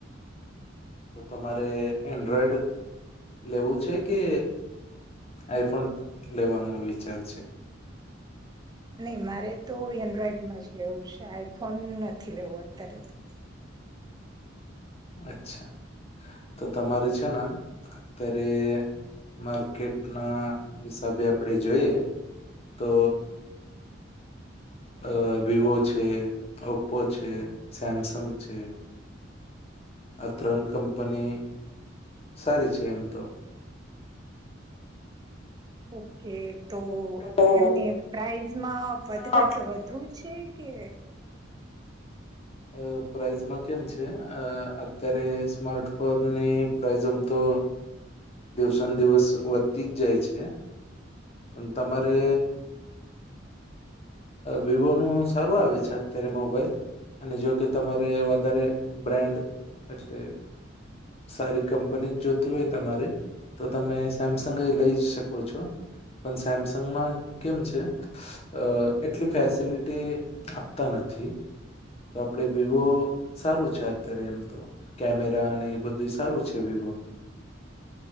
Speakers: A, on the left; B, on the right.
A: તો તમારે એન્ડ્રોઈડ લેવું છે કે આઈફોન લેવાનો વિચાર છે
B: નહી મારે તો એન્ડ્રોઈડમાં જ લેવું છે. આઈ ફોન નથી લેવું. <inaudible>
A: અચ્છા. તો તમારે છે ના અત્યારે માર્કેટ ના હિસાબે આપણે જોઈએ તો અહ વિવો છે, ઓપ્પો છે, સેમસંગ છે. આ ત્રણ કંપની, સારી છે એમ તો.
B: તો કે તો
A: તો
B: એમને પ્રાઇઝ માં વધઘટ
A: અ
B: વધુ છે કે
A: અહ પ્રાઇઝમાં કેમ છે અહ અત્યારે સ્માર્ટફોનની પ્રાઇઝ આમ તો દિવસે દિવસ વધતી જ જાય છે. પણ તમારે વિવોનું સારું આવે છે અત્યારે મોબાઈલ. અને જો કે તમારે વધારે બ્રાન્ડ એટલે સારી કંપની જ જોતી હોય તમારે તો તમે સેમસંગ એ લઈ જ શકો છો. પણ સેમસંગમાં કેમ છે અહ એટલી ફેસિલિટી આપતા નથી. તો આપણે વિવો સારું છે અત્યારે એમ તો કેમેરા અને એ બધું સારું છે વિવોનું.